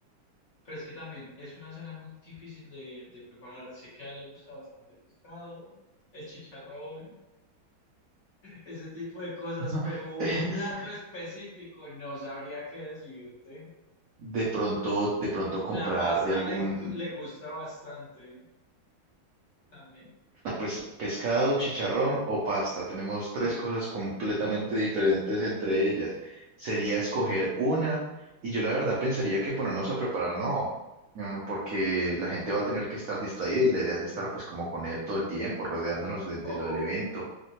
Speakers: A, on the left (about 50°); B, on the right (about 85°).
A: Pero es que también es una cena muy difícil de, de preparar. Sé que a él le gusta bastante el pescado, el chicharrón, ese tipo de cosas,
B: <laughs>
A: pero un plato específico no sabría qué decirte.
B: De pronto, de pronto comprar
A: La pasta
B: de algún,
A: le, gu- le gusta bastante también.
B: no, pues pescado, chicharrón o pasta. Tenemos
A: Sí.
B: tres cosas completamente diferentes entre ellas. Sería escoger una y yo la verdad pensaría que ponernos a preparar, no, mm, porque la gente va a tener que estar distraída y la idea es estar pues como con él todo el tiempo, rodeándonos de, de
A: O,
B: lo del evento.